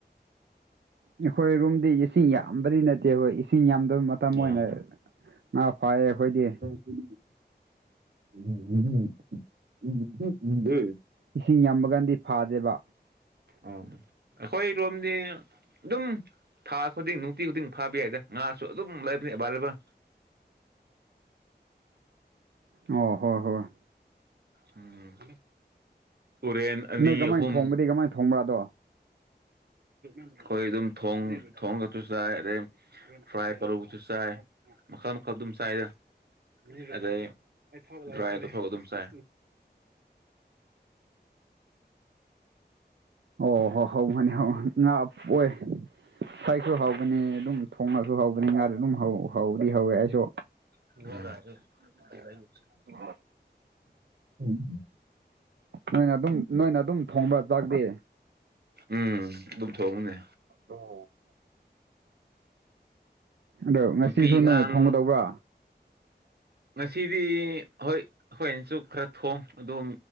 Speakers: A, on the right; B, on the right.
A: ꯑꯩꯈꯣꯏ ꯔ‌ꯣꯝꯗꯤ ꯏꯁꯤꯡ ꯌꯥꯝꯕꯗꯤ ꯅꯠꯇ‌ꯦꯕ ꯏꯁꯤꯡ ꯌꯥꯝꯗꯕ ꯃꯇꯝ
B: ꯑꯥ
A: ꯑꯣꯏꯅ ꯉꯥ ꯐꯥꯏꯌꯦ ꯑꯩꯈꯣꯏꯗꯤ
B: <unintelligible>
A: ꯏꯁꯤꯡ ꯌꯥꯝꯕ ꯀꯥꯟꯗꯤ ꯐꯥꯗꯦꯕ
B: ꯑ‌ꯣ ꯑꯩꯈꯣꯏꯔꯣꯝꯗꯤ ꯑꯗꯨꯝ ꯊꯥ ꯈꯨꯗꯤꯡ ꯅꯨꯡꯇꯤ ꯈꯨꯗꯤꯡ ꯐꯥꯕ ꯌꯥꯏꯗ ꯉꯥꯁꯨ ꯑꯗꯨꯝ ꯂꯩꯕꯅꯤ ꯑꯦꯕꯥꯏꯂꯦꯕꯜ
A: ꯑꯣ ꯍꯣꯏ ꯍꯣꯏ
B: ꯎꯝ ꯇꯨꯔꯦꯟ ꯑꯅꯤ
A: ꯅꯣꯏ ꯀꯃꯥꯏꯅ
B: ꯑꯍꯨꯝ
A: ꯊꯣꯡꯕꯗꯤ ꯀꯃꯥꯏꯅ ꯊꯣꯡꯕ꯭ꯔꯥ ꯑꯗꯣ
B: ꯑꯩꯈꯣꯏ ꯑꯗꯨꯝ ꯊꯣꯡ ꯊ‌ꯣꯡꯉꯒꯁꯨ ꯆꯥꯏ ꯑꯗꯩ ꯐ꯭ꯔꯥꯏ ꯇꯧꯔꯒꯁꯨ ꯆꯥꯏ ꯃꯈꯜ ꯃꯈꯜ ꯑꯗꯨꯝ ꯆꯥꯏꯗ ꯑꯗꯩ ꯗ꯭ꯔꯥꯏ ꯇꯧꯔ‌ꯣꯛꯑ ꯑꯗꯨꯝ ꯆꯥꯏ
A: ꯑꯣ ꯍ‌ꯣ ꯍꯥꯎꯕꯅ‌ꯦ ꯉꯥ ꯑꯣꯏ ꯐꯔꯥꯏꯁꯨ ꯍꯥꯎꯕꯅꯤ ꯑꯗꯨꯝ ꯊꯣꯡꯉꯁꯨ ꯍꯥꯎꯕꯅꯤ ꯉꯥꯗꯤ ꯑꯗꯨꯝ ꯍꯥꯎꯗꯤ ꯍꯥꯎꯋꯦ ꯑꯩꯁꯨ
B: <unintelligible> <inaudible>
A: <unintelligible>
B: ꯎꯝ
A: ꯅꯣꯏꯅ ꯑꯗꯨꯝ ꯅꯣꯏꯅ ꯑꯗꯨꯝ ꯊꯣꯡꯕ꯭ꯔ ꯆꯥꯛꯇꯤ
B: ꯎꯝ ꯑꯗꯨꯝ ꯊꯣꯡꯕꯅꯦ
A: <inaudible> ꯑꯗꯣ ꯉꯁꯤꯁꯨ
B: ꯅꯨꯄꯤ
A: ꯅꯣꯏꯅ
B: ꯑꯉꯥꯡ
A: ꯊꯣꯡꯒꯗꯧꯕ꯭ꯔꯥ
B: ꯉꯁꯤꯗꯤ ꯍꯣꯏ ꯑꯩꯈ‌ꯣꯏꯅꯁꯨ ꯈꯔ ꯊꯣꯡ ꯑꯗꯨꯝ